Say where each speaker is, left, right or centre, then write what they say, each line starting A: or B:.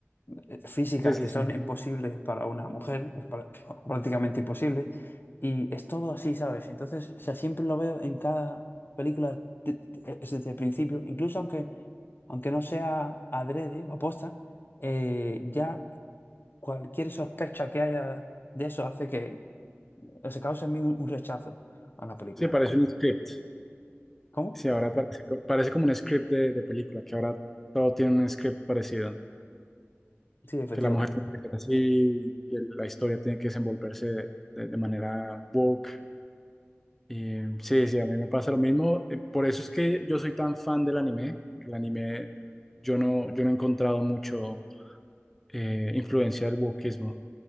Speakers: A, on the left (about 45°); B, in the centre.
A: eh, físicas
B: Sí, sí,
A: que
B: sí.
A: son imposibles para una mujer, es pra- prácticamente imposibles. Y es todo así, ¿sabes? Entonces, o sea, siempre lo veo en cada película de- de- es desde el principio, incluso aunque, aunque no sea adrede o aposta, eh, ya cualquier sospecha que haya de eso hace que se cause en mí un, un rechazo a la película.
B: Sí, parece un script.
A: ¿Cómo?
B: Sí, ahora parece, co- parece como un script de, de película, que ahora todo tiene un script parecido,
A: Sí, efectivamente.
B: que la mujer tiene que ser así y el- la historia tiene que desenvolverse de, de manera woke. Y, sí, sí, a mí me pasa lo mismo. eh, Por eso es que yo soy tan fan del anime, que el anime yo no, yo no he encontrado mucho eh, influencia del wokeismo.